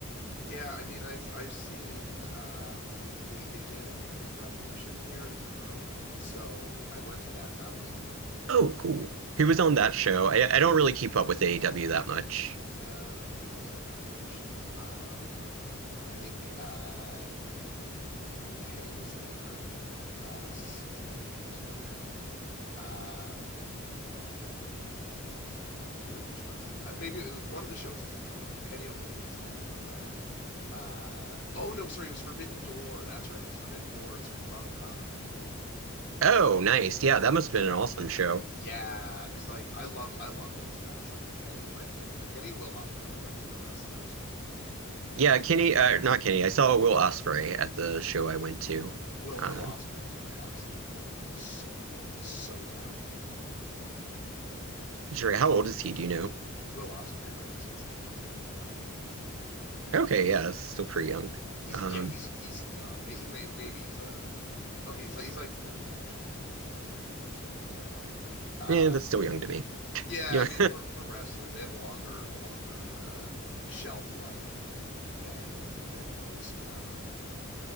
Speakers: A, on the left; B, on the right.
A: Yeah, I mean, I've I've seen um, they they did I think it was Revolution here in Toronto, so I went to that. That was really cool.
B: Oh, cool. He was on that show. I, I don't really keep up with AEW that much.
A: Uh, who was at Revolution? Um, I think uh, I think Kenny was there. Uh, this was a couple of years ago now. Um, which was uh, maybe uh, one of the shows was in Toronto. Kenny Omega was there. I know that. Uh, oh no, sorry, it was Forbidden Door. That's right, it was Forbidden Door. So he fought Okada.
B: Oh, nice. Yeah, that must have been an awesome show.
A: Yeah, because like I love I love those guys. Like Kenny's my favorite. Kenny and Will Ospreay are like my favorite wrestlers.
B: Yeah, Kenny, uh, not Kenny. I saw Will Ospreay at the show I went to.
A: Will
B: Um,
A: Will Ospreay is my absolute favorite. He's so he's so talented.
B: Jerry, how old is he? Do you know?
A: Will Ospreay. I want to say he's like 25.
B: Okay, yeah, that's still pretty young.
A: He's
B: Um,
A: yeah, he's he's young. May- He may maybe he's uh okay, he's like he's like 30 actually, a little over 30 in his 30s now. Um,
B: yeah, that's still young to me.
A: Yeah,
B: Yeah,
A: I mean for for wrestlers, they have a longer a longer uh, shelf life than than most um,